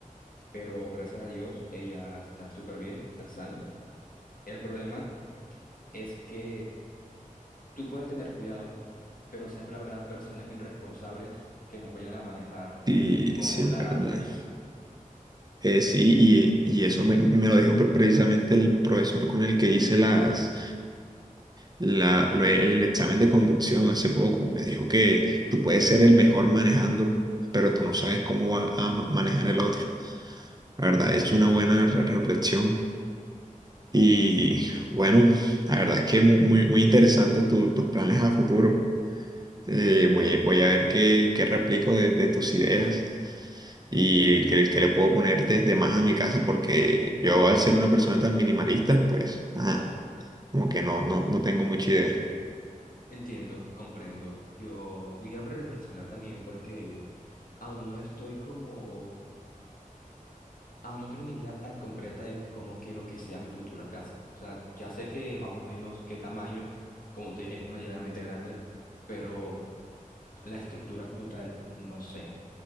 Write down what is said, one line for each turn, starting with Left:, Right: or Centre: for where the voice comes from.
Left: pero gracias a Dios ella está súper bien, está sana. El problema es que tú puedes tener cuidado, pero siempre habrá personas irresponsables que nos vayan a manejar
Right: Sí,
Left: con
Right: sí es
Left: las
Right: verdad.
Left: leyes.
Right: Eh, sí, y, eh, y eso me, me lo dijo pre- precisamente el profesor con el que hice las, la, lo- el, el examen de conducción hace poco. Me dijo que tú puedes ser el mejor manejando, pero tú no sabes cómo va a ma- manejar el otro. La verdad, es una buena re- reflexión. Y bueno, la verdad es que muy, muy, muy interesante tu- tus planes a futuro. Eh, voy, a- voy a ver qué, qué replico de de tus ideas y que, que le puedo poner de, de más a mi casa porque yo al ser una persona tan minimalista, pues, ajá, como que no, no, no tengo mucha idea.
Left: Entiendo, comprendo. Yo voy a reflexionar también porque aún no estoy como, aún no tengo una idea tan concreta de cómo quiero que sea mi futura casa. O sea, ya sé que más o menos qué tamaño, como te dije, medianamente grande, pero... La estructura como tal, no sé.